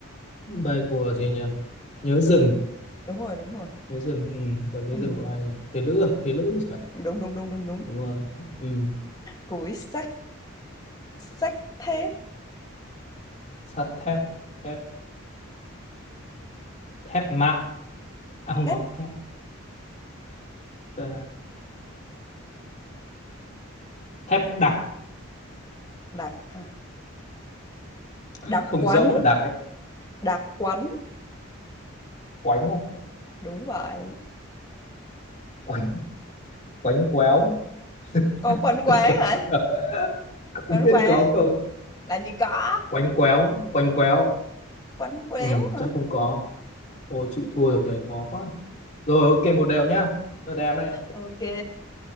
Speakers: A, on the left; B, on the left.
A: bài của gì nhỉ nhớ rừng
B: đúng rồi đúng rồi
A: nhớ rừng ừ, bài nhớ
B: ừ.
A: rừng của ai nhỉ thế lữ à thế lữ thì phải
B: đúng đúng đúng đúng đúng
A: đúng rồi ừ.
B: củi sách Xách thép,
A: sắt thép thép thép mạ à, không
B: thép
A: có thép ờ, thép đặc
B: đặc hả? Đặc
A: không
B: quánh,
A: rỗng là đặc ấy
B: đặc quánh,
A: quánh không?
B: đúng vậy.
A: quánh quánh quéo <laughs>
B: Có quánh quán
A: quánh
B: hả?
A: quéo không
B: Quánh
A: biết
B: quán,
A: có không
B: làm gì có?
A: quánh quéo quánh quéo
B: Quánh quéo
A: ừ,
B: hả?
A: chắc không có ôi chịu thua rồi từ này khó quá rồi ok một đều nhá đợt em đấy
B: Ok.